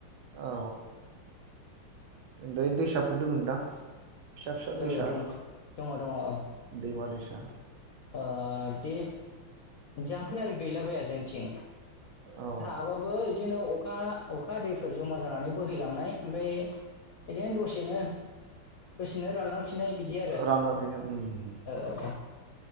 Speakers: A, on the right; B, on the left.
A: औ ओनफ्राय दैसाफोर दङोन दां? फिसा फिसा दैसा
B: औ दं दङ दङ ओं
A: दैमा दैसा
B: ओ दे जामफै आरोद गैला बाया जोंनिथिं
A: औ
B: थाबाबो इदिनो अखा अखा हादैफोर जमा जानानै बोहैलांनाय ओमफाय इदिनो दसेनो दसेनो रानलां फिनाय बिदि आरो
A: रानलाबदिनो
B: ओ ओ।